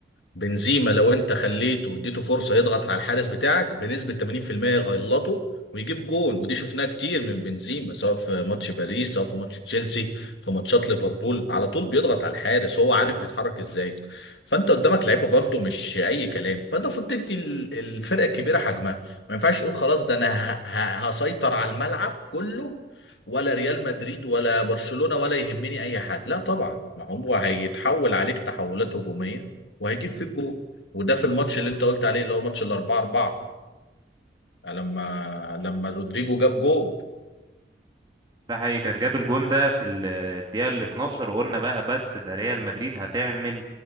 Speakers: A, on the left; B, on the right.
A: بنزيما لو انت خليته واديته فرصه يضغط على الحارس بتاعك بنسبه 80% يغلطه ويجيب جون ودي شفناها كتير من بنزيما سواء في ماتش باريس سواء في ماتش تشيلسي في ماتشات ليفربول على طول بيضغط على الحارس هو عارف بيتحرك ازاي فانت قدامك لعيبه برضو مش اي كلام فانت المفروض تدي ال- الفرقه الكبيره حجمها ما ينفعش تقول خلاص ده انا ه- ه- هسيطر على الملعب كله ولا ريال مدريد ولا برشلونه ولا يهمني اي حد لا طبعا ما هو هيتحول عليك تحولات هجوميه وهيجيب فيك جول وده في الماتش اللي انت قلت عليه اللي هو ماتش الاربعة اربعة لما لما رودريجو جاب جول
B: ده حقيقي كان جاب الجون ده في ال- الدقيقة ال 12 وقلنا بقى بس ده ريال مدريد هتعمل